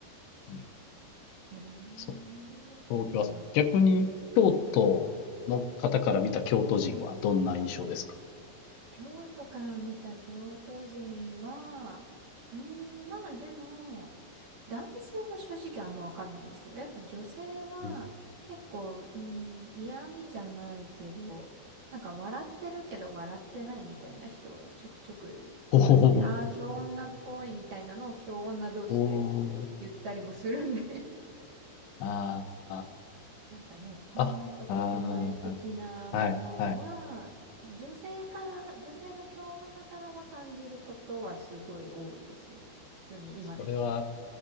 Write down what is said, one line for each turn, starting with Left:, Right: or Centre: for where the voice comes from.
Left: うん、
Right: ええそうなん。
Left: そう、東京はそう、逆に京都の方から見た京都人はどんな印象ですか？
Right: はい。京都から見た京都人は、うーん、まあでも、男性は正直あんまわかんないんですけど、やっぱ女性は結構、
Left: うん。
Right: うーん、嫌味じゃないけど、なんか笑ってるけど笑ってないみたいな人ちょくちょくいますね。
Left: おお、
Right: ああ、京女っぽいみたいなのを京女同士で
Left: おお、
Right: 言ったりもするんで <laughs>
Left: ああ、
Right: なんかね、本音と建前的なものは、
Left: あ、ああ、はいはい。
Right: 女性から、女性の強女からは感じることはすごい多いですね。普通に今でも。
Left: それは